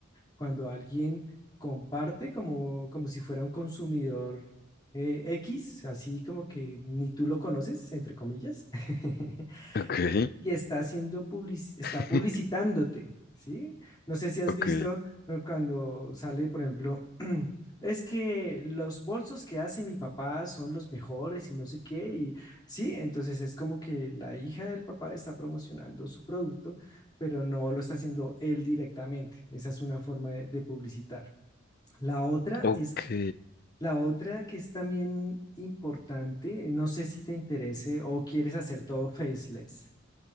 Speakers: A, on the left (about 20°); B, on the left (about 50°).
A: cuando alguien comparte como, como si fuera un consumidor eh, X, así como que ni tú lo conoces, entre comillas. <laughs>
B: ok,
A: y está haciendo public- está
B: <laughs>
A: publicitándote, ¿sí? No sé si has
B: ok,
A: visto ¿no? cuando sale, por ejemplo, <clears throat> es que los bolsos que hace mi papá son los mejores y no sé qué, y sí, entonces es como que la hija del papá está promocionando su producto, pero no lo está haciendo él directamente. Esa es una forma de, de publicitar. La otra
B: ok.
A: es, la otra que es también importante, no sé si te interese o quieres hacer todo faceless.